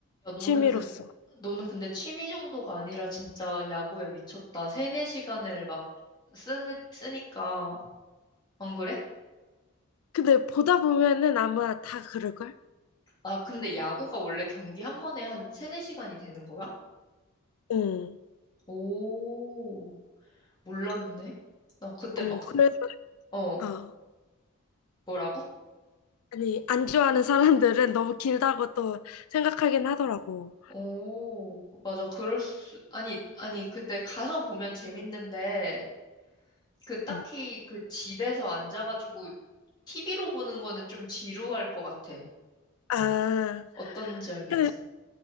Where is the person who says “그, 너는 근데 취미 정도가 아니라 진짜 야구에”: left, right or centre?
Left